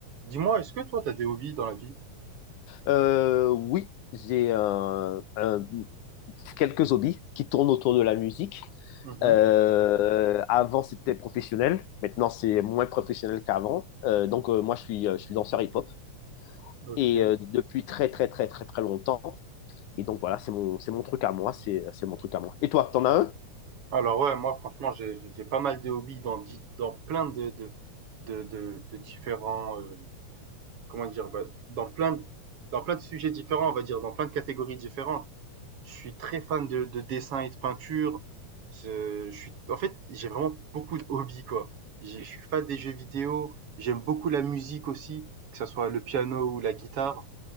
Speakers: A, on the right; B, on the left.
A: Dis-moi, est-ce que toi, t'as des hobbies dans la vie?
B: Euh, oui, j'ai un- un- quelques hobbies qui tournent autour de la musique.
A: Mhm,
B: Euh, avant, c'était professionnel. Maintenant, c'est moins professionnel qu'avant. Euh, donc, euh, moi, je suis, euh, je suis danseur hip-hop
A: ok.
B: et euh, depuis très, très, très, très, très longtemps. Et donc, voilà, c'est mon, c'est mon truc à moi. C'est, c'est mon truc à moi. Et toi, t'en as un?
A: Alors ouais, moi franchement, j'ai j'ai j'ai pas mal de hobbies dans di- dans plein de de de de, de différents euh, comment dire bah, dans plein de, dans plein de sujets différents, on va dire, dans plein de catégories différentes. Je suis très fan de de dessin et de peinture. Je je suis en fait, j'ai vraiment beaucoup de hobbies quoi. J'ai- Je suis fan des jeux vidéo, j'aime beaucoup la musique aussi, que ce soit le piano ou la guitare.